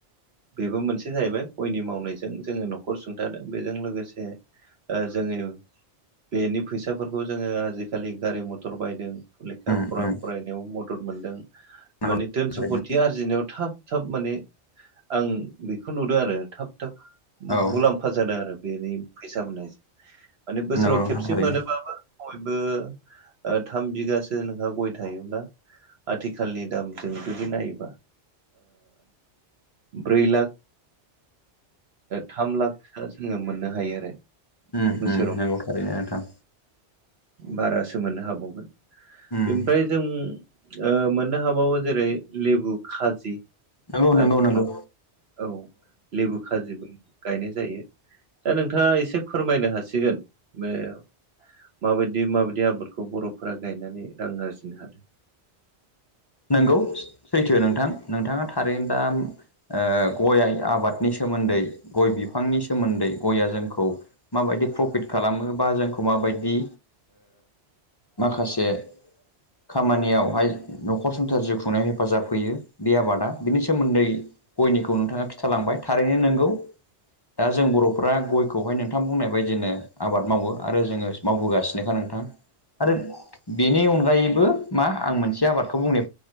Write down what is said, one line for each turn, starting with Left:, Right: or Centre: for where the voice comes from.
Right: बेबो मोनसे जाहैबाय गयनि मावनायजों जोङो न'खर सुंथादों बेजों लोगोसे जोङो बेनि फैसाफोरखौ जोङो आजिखालि गारि मथर बायदों लेखा
Left: उम
Right: फरा
Left: उम
Right: फरायदों मदद मोनदों
Left: नंगौ
Right: माने घोन
Left: थारैनो
Right: सम्पद आरजिनायाव थाब थाब माने आं बेखौ नुदों आरो थाब थाब
Left: औ
Right: मुलाम्फा जादों आरो बेनि फैसा मोननायजों माने बोसोराव
Left: नंगौ नोंथां
Right: खेबसे
Left: थारैनो
Right: मोनोबाबो बयबो थाम बिगासो नोंहा गय थायोब्ला आथिखालनि दामजों जुदि नायोबा ब्रै लाख थाम लाख सो जों मोननो हायो आरो
Left: उम
Right: बोसोराव
Left: उम नगौ थारैनो नोंथां
Right: बारासो मोननो हाबावगोन
Left: उम
Right: ओमफ्राय जों मोननो हाबावो जेरै लेबु खाजि
Left: नंगौ नंगौ
Right: आथिखालाव
Left: नंगौ
Right: औ लेबु खाजोबो गायनाय जायो दा नोंथाङा एसे फोरमायनो हासिगोन बे माबायदि माबायदि आबादखौ बर'फोरा गायनानै रां आरजिनो हादों
Left: नंगौ सैथो नोंथां नोंथाङा थारैनो दा गया आबादनि सोमोन्दै गय बिफांनि सोमोन्दै गयआ जोंखौ माबायदि प्रफिट खालामोबा जोंखौ माबायदि माखासे खामानियावहाय न'खर संसार जिउ खुंनायाव हेफाजाब होयो बे आबादा बिनि सोमोन्दै गयनिखौ नोंथाङा खिथालांबाय थारैनो नोंगौ दा जों बर'फ्रा गयखौहाय नोंथां बुंनाय बायदिनो आबाद मावो आरो जोङो मावबोगासिनोखा नोंथां आरो बेनि अनगायैबो मा आं मोनसे आबादखौ बुंनो